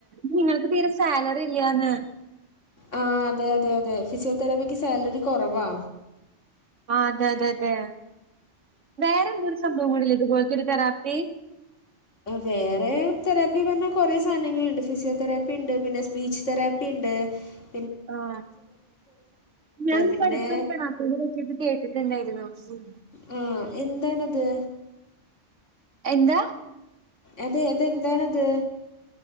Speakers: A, on the right; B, on the left.
A: നിങ്ങൾക്ക് തീരെ സാലറി ഇല്ല്യാന്ന്
B: ആഹ് അതെ അതെ അതെ ഫിസിയോതെറാപ്പിക്ക് സാലറി കുറവാ
A: ആ അതെ അതെ അതെ വേറെന്തോരു സംഭവങ്ങളില്ല ഇതുപോലത്തെ ഒരു തെറാപ്പി
B: വേറെ തെറാപ്പി പറഞ്ഞാൽ കുറെേ സാധനങ്ങളുണ്ട് ഫിസിയോതെറാപ്പി ഉണ്ട് പിന്നെ സ്പീച്ച് തെറാപ്പി പ്പിണ്ട്
A: ആഹ് ഞാനിപ്പ
B: പിന്നെ
A: അടുത്തൊരു തെറാപ്പിനെ പറ്റി ഒക്കെ കേട്ടിട്ട്ണ്ടായിരുന്നു ഉ
B: ആ എന്താണത്
A: എന്താ
B: അതെ അതെന്താണത്